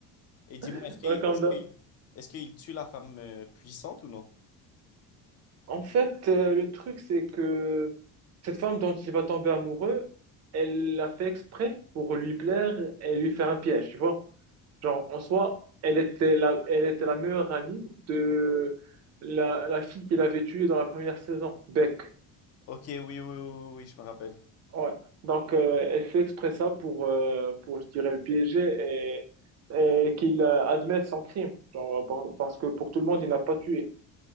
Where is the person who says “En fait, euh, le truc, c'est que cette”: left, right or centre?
Right